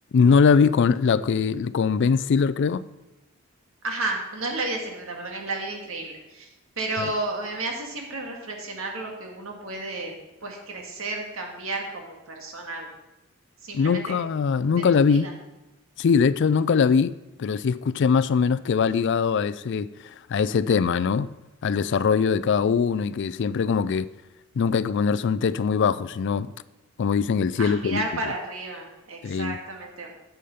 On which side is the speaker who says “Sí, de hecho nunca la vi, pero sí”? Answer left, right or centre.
Left